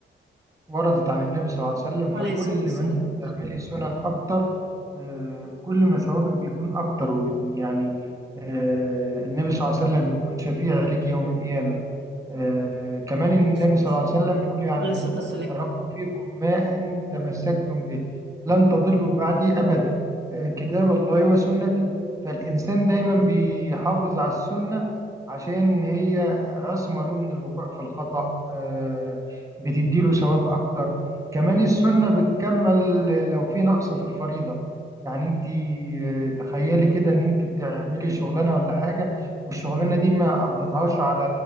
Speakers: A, on the right; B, on the right.
A: وردت عن النبي صلى الله عليه وسلم
B: عليه
A: فكل
B: الصلاة والسلام
A: ما انت بتعملي سنن اكتر آه، كل ما ثوابك بيكون اكتر وبن- يعني آه، النبي صلى الله عليه وسلم بيكون شفيع لك يوم القيامة آه كمان النبي
B: عليه الصلاة
A: صلى
B: والسلام
A: الله عليه وسلم بيقول يعني
B: عليه الصلاة والسلام
A: تركت فيكم ما إن تمسكتم به لن تضلوا بعدي أبدا آه كتاب الله وسنتي فالإنسان دايما بيحافظ على السنة عشان هي عصمة له من الوقوع في الخطأ آه بتديله ثواب أكتر كمان السنة بتكمل لو في نقص في الفريضة يعني انت آه، تخيلي كده ان انت بتعملي شغلانه ولا حاجه والشغلانه دي ما قضتهاش على